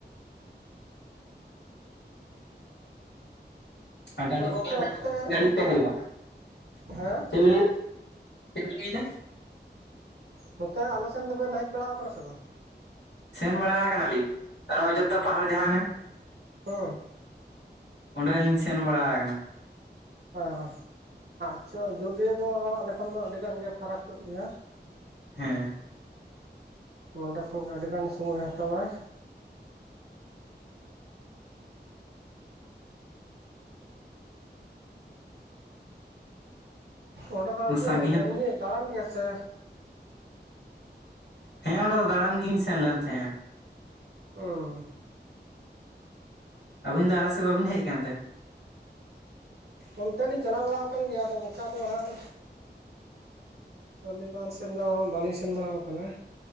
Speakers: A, on the left; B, on the right.
A: ᱟᱨ ᱜᱟᱹᱰᱤ
B: ᱛᱟᱦᱚᱞᱮ ᱜᱚᱝᱠᱮ
A: ᱛᱮᱠ <unintelligible>
B: ᱱᱚᱛᱮ
A: ᱜᱟᱹᱲᱤ ᱛᱟᱹᱦᱮ ᱦᱩᱭᱩᱜ-ᱟ
B: ᱦᱮᱸ
A: ᱪᱮᱫ ᱵᱮᱱ ᱞᱟᱹᱭᱟ ᱪᱮᱫ ᱵᱤᱱ ᱞᱟᱹᱭ ᱫᱟ
B: ᱱᱚᱛᱮ ᱟᱞᱮᱥᱮᱱ ᱫᱚᱵᱮᱱ ᱦᱮᱡ ᱵᱟᱲᱟ ᱟᱠᱟᱱᱟ ᱥᱮ ᱵᱟᱝ
A: ᱥᱮᱱ ᱵᱟᱲᱟ ᱠᱟᱱᱟᱞᱤᱧ ᱟᱨ ᱚᱡᱳᱫᱽᱫᱷᱟ ᱯᱟᱦᱟᱲ ᱡᱟᱦᱟᱸ ᱚᱱᱮ
B: ᱚᱯ <unintelligible>
A: ᱚᱸᱰᱮᱞᱤᱧ ᱥᱮᱱ ᱵᱟᱲᱟ ᱟᱠᱟᱱᱟ᱾
B: ᱚ ᱟᱪᱪᱷᱚ ᱟᱡᱳᱚᱫᱤᱭᱟᱹ ᱫᱚ ᱟᱞᱮ ᱠᱷᱚᱱ ᱫᱚ ᱟᱹᱰᱤ ᱜᱟᱱ ᱜᱮ ᱯᱷᱟᱨᱟᱠ ᱧᱚᱜ ᱜᱮᱭᱟ᱾
A: ᱦᱮᱸ
B: ᱱᱚᱰᱮ ᱠᱷᱚᱱ ᱜᱮ ᱟᱹᱰᱤᱜᱟᱱ ᱥᱚᱢᱚᱭᱮ ᱦᱟᱛᱟᱣᱟᱭ᱾ ᱚᱸᱰᱮ ᱫᱚ ᱤᱭᱟᱹ
A: ᱥᱟᱺᱜᱤᱧ ᱦᱚᱸ
B: ᱮᱢᱱᱤ ᱫᱟᱬᱟᱱ ᱜᱮᱭᱟ ᱥᱮ
A: ᱦᱮᱸ ᱚᱸᱰᱮ ᱫᱚ ᱫᱟᱬᱟᱱ ᱜᱮᱞᱤᱧ ᱥᱮᱱ ᱞᱮᱱ ᱛᱟᱦᱮᱸᱼᱟ᱾
B: ᱚᱸ
A: ᱟᱹᱵᱤᱱ ᱫᱚ ᱟᱞᱮ ᱥᱮᱫ ᱵᱟᱵᱤᱱ ᱦᱮᱡ ᱠᱟᱱᱛᱮ
B: ᱚᱱᱛᱮ ᱞᱤᱧ ᱪᱟᱞᱟᱣ ᱵᱟᱲᱟ ᱠᱟᱱ ᱜᱮᱭᱟ ᱟᱫᱚ ᱚᱱᱠᱟ ᱫᱚ ᱦᱟᱸᱜ ᱥᱚᱱᱤ ᱵᱟᱸᱫᱷ ᱥᱮᱱ ᱫᱚ ᱵᱟᱝᱞᱤᱧ ᱥᱮᱱ ᱵᱟᱲᱟᱣ ᱟᱠᱟᱱᱟ